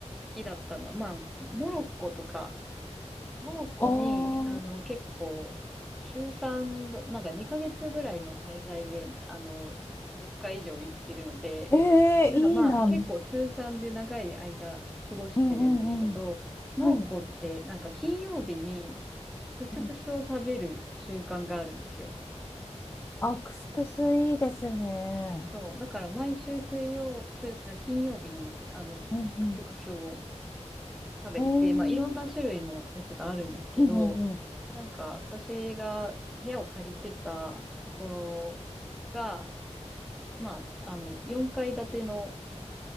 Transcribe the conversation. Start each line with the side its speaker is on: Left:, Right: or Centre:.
Centre: きだったのは、まあ、モロッコとか、モロッコに、
Left: おー、
Centre: あの、結構、通算なんか2ヶ月ぐらいの滞在で、あの、10回以上行ってるので、
Left: えー、
Centre: なんかまあ、
Left: いいな。
Centre: 結構通算で長い間過ごしてるんですけど、
Left: うんうんうん。
Centre: モロッコって、
Left: はい。
Centre: なんか金曜日に、クスクスを食べる習慣があるんですよ。
Left: うんあ、クスクスいいですね。
Centre: そう、だから毎週水曜、水、あ、金曜日に、あの、
Left: うんうん。
Centre: クスクスを食べてて、
Left: えー、
Centre: まあ、いろんな種類のやつがあるんですけど、
Left: うんうんうん。
Centre: なんか、私が部屋を借りてたところが、まあ、あの、4階建ての